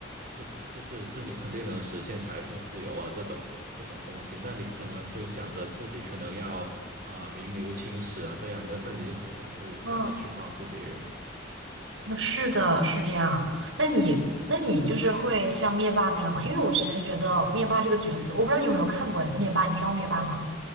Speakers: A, on the right; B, on the right.
A: 就是就是自己肯定能实现财富自由啊，这种这种东西，那你可能就想着自己可能要啊、名留青史啊，这样，那那你就可能就想着去帮助别人。
B: 嗯是的，是这样。那你，那你就是会像灭霸那样吗？因为我其实觉得灭霸这个角色，我不知道你有没有看过灭霸，你知道灭霸吗？